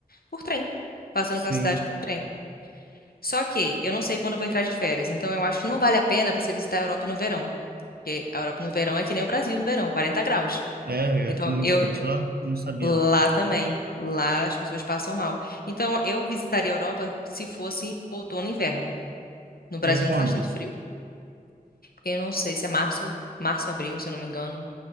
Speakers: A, on the left (about 70°); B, on the right (about 75°).
A: por trem, passando
B: Sim.
A: pela cidade por trem. Só que eu não sei quando eu vou entrar de férias, então eu acho que não vale a pena você visitar a Europa no verão, porque a Europa no verão é que nem o Brasil no verão, 40 graus.
B: É,
A: Então,
B: é que é muito
A: eu,
B: quente lá, não sabia
A: Lá
B: não.
A: também. Lá as pessoas passam mal. Então, eu visitaria a Europa se fosse outono e inverno. No Brasil
B: E é quando?
A: não faz tanto frio. Eu não sei se é março, março, abril, se eu não me engano.